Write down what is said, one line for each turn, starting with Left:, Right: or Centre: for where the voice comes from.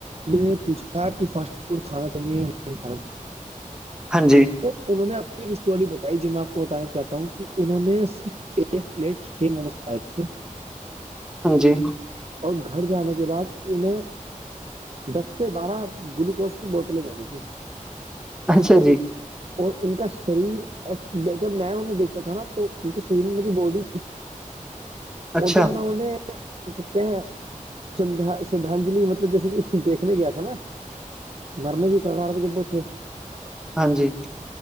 Right: نے پوچھا کہ فاسٹ فوڈ کھانا چاہیے یا نہیں کھانا چاہیے- <inaudible>
Centre: ہانجی-
Right: انہوں نے اپنی ایک اسٹوری بتائی جو میں آپ کو بتانا چاہتا ہوں کہ انہوں نے صرف- ایک پلیٹ چھ موموز کھائے تھے
Centre: ہانجی-
Right: اور گھر جانے کے بعد انہیں- دس سے بارہ گلوکوز کی بوتلیں چاہییں گی-
Centre: اچھا جی-
Right: اور ان کا شریر جب میں انہیں دیکھتا تھا نا تو ان کے شریر میں مجھے باڈی- اور
Centre: اچھا
Right: جو نےتے ہیں- شھا شردھاجلی مطلب جیسے کہ دیکھنے گیا تھا نا- مرنے ہی کاال کے کبوتے-
Centre: ہانجی-